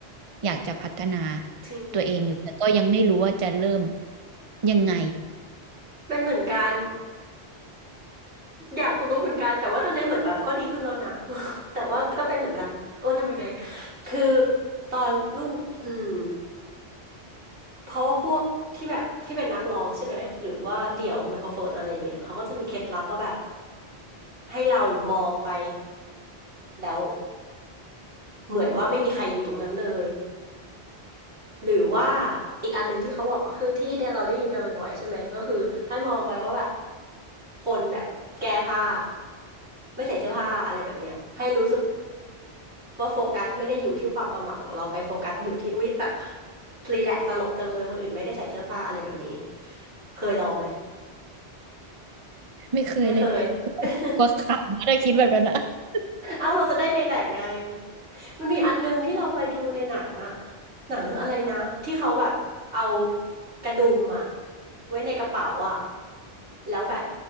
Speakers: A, on the right; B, on the right.
A: อยากจะพัฒนา
B: จริง
A: ตัวเองอยู่แต่ก็ยังไม่รู้ว่าจะเริ่มยังไง
B: เป็นเหมือนกัน อยากรู้เหมือนกันแต่ว่าตอนนี้เหมือนแบบก็ดีขึ้นแล้วนะ <laughs> แต่ว่าก็เป็นเหมือนกันเออทำยังไงคือตอนนู่นอืมเพราะว่าพวกที่แบบที่เป็นนักร้องใช่ไหมหรือว่าเดี่ยวไมโครโฟนอะไรอย่างเงี้ยเขาก็จะมีเคล็ดลับว่าแบบให้เรามองไปแล้วเหมือนว่าไม่มีใครอยู่ตรงนั้นเลยหรือว่าอีกอันหนึงที่เขาบอกก็คือที่เราได้ยินกันบ่อยๆใช่ไหมก็คือให้มองไปว่าแบบคนแบบแก้ผ้าไม่ใส่เสื้อผ้าอะไรแบบเนี้ยให้รู้สึก ว่าโฟกัสไม่ได้อยู่ที่ความประหม่าของเราไปโฟกัสอยู่ที่อุ้ยแบบรีแลกซ์ตลกจังเลยคนอื่นไม่ได้ใส่เสื้อผ้าอะไรแบบนี้เคยลองไหม
A: ไม่เคยเลยกลัวกลัวขำนะถ้าคิดแบบนั้นอะ
B: ไม่เคย <laughs> เอ้าเราจะได้รีแลกซ์ไง มันมีอันนึงที่เราเคยดูในหนังอะหนังเรื่องอะไรนะที่เขาแบบเอากระดุมอะไว้ในกระเป๋าอะแล้วแบบ